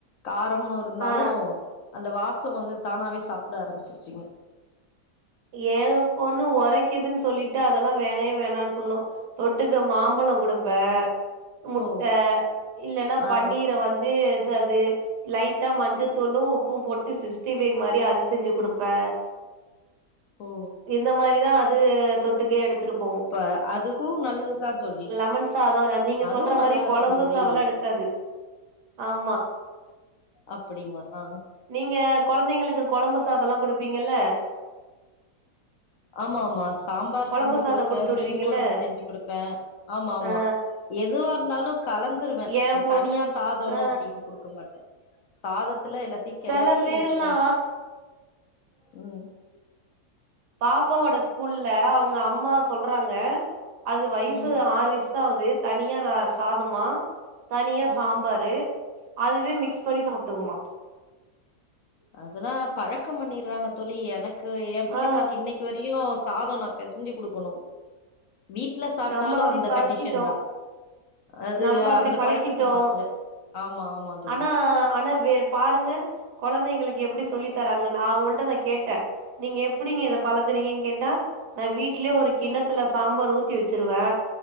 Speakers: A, on the left; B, on the right.
A: காரமு இருந்தாலு
B: ஆ
A: அந்த வாசவ் வந்து தானாவே சாப்ட ஆரம்பிச்சிருச்சிங்
B: ஏ பொண்ணு உரைக்குதுனு சொல்லிட்டு அதெல்லா வேணவே வேணானு சொல்லூ தொட்டுக் மாம்பழோ குடுப்பே முட்ட
A: ஓ
B: இல்லைன்னா
A: ஆ
B: பன்னீரை வந்து அது லைட்டா மஞ்சத்தூளு உப்பூ போட்டு சிஸ்டிஃபைப் மாரி அது செஞ்சு குடுப்பே
A: ஓ
B: இந்த மாரிதா அது தொட்டுக்கே எடுத்துட்டு போகு
A: இப்ப அதுக்கு நல்லதுதா தோழி
B: லெமன் சாதோ நீங்க
A: அதுவு
B: சொல்ற
A: நல்லா
B: மாரி
A: இருக்கு
B: கொழம்பு
A: தோழி
B: சாதல்லா எடுக்காது ஆம்மா
A: அப்டிங்களா
B: நீங்க கொழந்தைங்களுக்கு கோழம்பு சாதல்லா குடுப்பீங்கல்ல
A: ஆம்மாமா சாம்பார்
B: கொழம்பு
A: செஞ்சு
B: சாதோ
A: குடுப்பே
B: குடுத்து விடுவீங்கல்ல
A: மீன் கொழம்பு செஞ்சு குடுப்பே ஆமா ஆமா
B: ஆ
A: எதுவா இருந்தாலு கலந்து குடுத்துருவே
B: ஏ
A: இந்த
B: பொண்ணு
A: தனியா சாதம்
B: ஆ
A: அப்படின்னு குடுக்க மாட்டே சாதத்துல எல்லாத் தையு
B: செல
A: கெலரி
B: பேரெல்லா
A: க ம்
B: பாப்பாவோட ஸ்கூல்ல அவுங்க அம்மா சொல்றாங்க அது வயசு
A: ம்
B: ஆறு வயசு சாவது தனியா சாதமா தனியா சாம்பாரு
A: ம்
B: அதுவே மிக்ஸ் பண்ணி சாப்ட்டுக்குமா
A: அதெல்லா பழக்கம் பண்ணிடுறாங்க தோழி எனக்கு என் பிள்ளைங்களுக்கு
B: ஆ
A: இன்னைக்கி வரையு சாதம் நா பெசைஞ்சு குடுக்கணு வீட்ல சாப்ட்டாலு
B: நம்ம அப்டி
A: அந்த
B: பழக்கிட்டோ
A: கண்டிஷன் தா அது
B: நம்ம அப்டி
A: அந்த
B: பழக்கிட்டோ
A: பழக்கத்த மாத்தல ஆமா ஆமா தோழி
B: ஆனா ஆனா வே பாருங்க குழந்தைங்களுக்கு எப்படி சொல்லி தராங்கன்னு அவங்கள்ட்ட நா கேட்டே நீங்க எப்படிங்க இத பழக்குறீங்கன்னு கேட்டா நா வீட்லயே ஒரு கிணத்துல சாம்பார் ஊத் ஊத்தி வெச்சிருவே